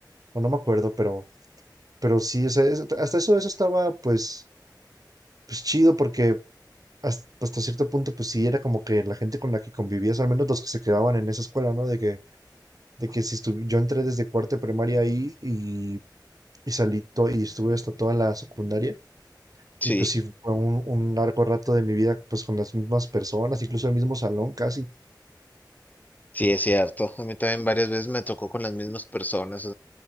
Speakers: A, on the right; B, on the left.
A: o no me acuerdo, pero, pero sí, o sea, es- hasta eso, eso estaba pues, pues chido porque hasta, pues, hasta cierto punto, pues sí, era como que la gente con la que convivías, al menos los que se quedaban en esa escuela, ¿no? De que, de que si estuve, yo entré desde cuarto de primaria ahí y, y salí to- y estuve hasta toda la secundaria.
B: Sí,
A: Y pues sí, fue un, un largo rato de mi vida, pues con las mismas personas, incluso el mismo salón casi.
B: sí, es cierto. A mí también varias veces me tocó con las mismas personas.